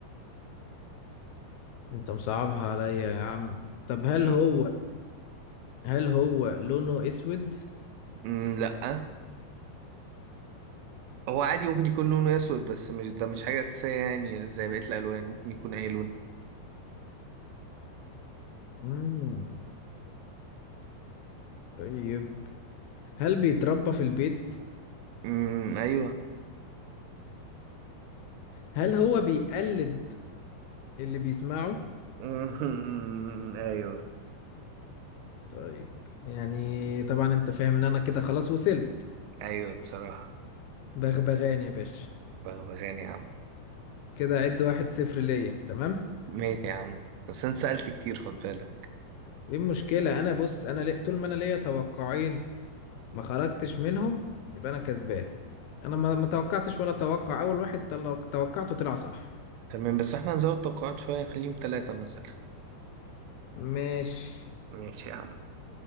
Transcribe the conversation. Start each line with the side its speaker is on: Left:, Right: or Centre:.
Left: انت مصعبها عليا يا عم طب هل
Right: مم،
Left: هو هل هو لونه اسود
Right: مم، لا هو عادي ممكن يكون لونه اسود بس مش ده مش حاجة أساسية يعني زي بقية الألوان ممكن يكون أي لون
Left: مم. طيب هل بيتربى في البيت
Right: مم، أيوه
Left: هل هو بيقلد اللي بيسمعه
Right: <laughs> مم، أيوه
Left: طيب يعني طبعا انت فاهم ان انا كده خلاص وصلت
Right: أيوه بصراحة
Left: بغبغان يا باشا
Right: بغبغان يا عم
Left: كده عد واحد صفر ليا تمام
Right: ماشي يا عم بس انت سألت كتير خد بالك
Left: ايه المشكلة انا بص انا لي- طول ما انا ليا توقعين ما خرجتش منهم يبقى انا كسبان انا ما ما توقعتش ولا توقع اول واحد طل- لو توقعته طلع صح
Right: تمام بس احنا هنزود توقعات شوية نخليهم ثلاثة مثلا
Left: ماشي
Right: ماشي يا عم